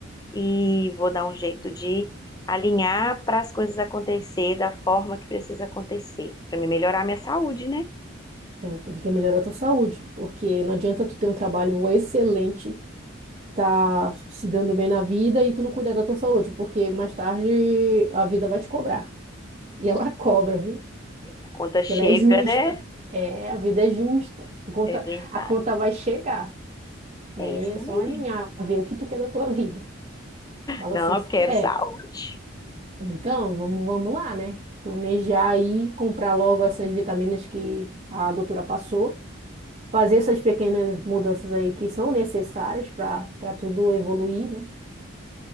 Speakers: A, on the left (about 20°); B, on the right (about 35°).
A: e vou dar um jeito de alinhar para as coisas acontecer da forma que precisa acontecer, para me melhorar a minha saúde, né?
B: É, tu tem que melhorar a tua saúde, porque não adianta tu ter um trabalho excelente tu tá se dando bem na vida e tu não cuida da tua saúde, porque mais tarde a vida vai te cobrar. E ela <laughs> cobra, viu?
A: A conta
B: Porque
A: chega,
B: ela é justa.
A: né?
B: É, a vida é justa. A conta,
A: É verdade.
B: a conta vai chegar. E
A: É
B: aí
A: isso
B: é só
A: aí.
B: alinhar, ver o que tu quer da tua vida. Fala
A: Não,
B: assim,
A: eu quero
B: é,
A: saúde.
B: então vamos, vamos lá, né? Planejar aí, comprar logo essas vitaminas que a doutora passou. Fazer essas pequenas mudanças aí que são necessárias para para tudo evoluir, né?